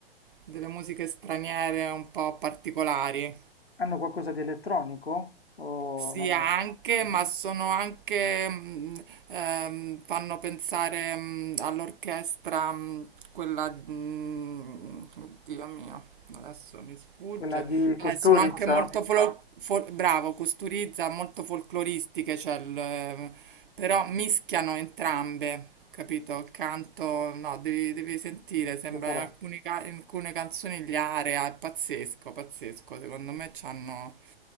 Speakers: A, on the right (about 60°); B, on the left (about 85°).
A: delle musiche straniere un po' particolari.
B: Hanno qualcosa di elettronico? O
A: Sì,
B: non
A: anche,
B: è- Mhm.
A: ma sono anche, mm, ehm, fanno pensare, mm, all'orchestra, mm, quella, mm, oddio mio, adesso mi sfugge.
B: Quella di Costurizza?
A: Eh, sono anche molto, Costurizza. folo- fol- bravo, costurizza, molto folcloristiche, cioè il, eh, però mischiano entrambe, capito? Il canto, no, devi, devi sentire, sembra
B: Lo farò.
A: in alcuni ca- in alcune canzoni gli area, è pazzesco, pazzesco, secondo me c'hanno